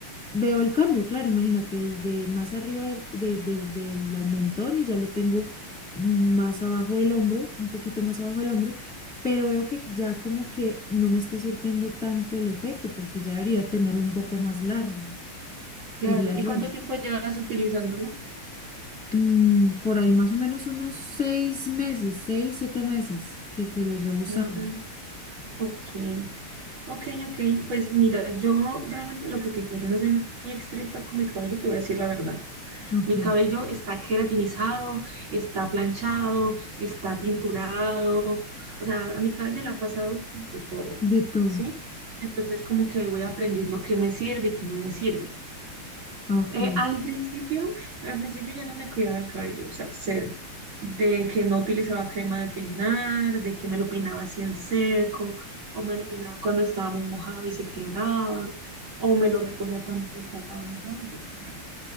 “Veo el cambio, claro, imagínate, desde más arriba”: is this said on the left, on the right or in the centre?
Centre